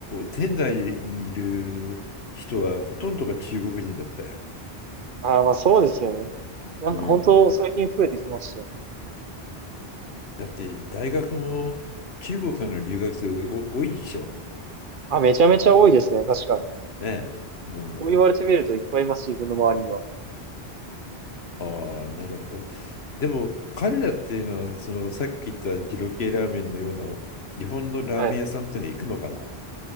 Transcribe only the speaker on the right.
はい。はいああ、まあそうですよね。なんか本当最近増えてきましたよね。
あ、めちゃめちゃ多いですね。確かに。
そう言われてみるといっぱいいます、自分の周りには。
はい。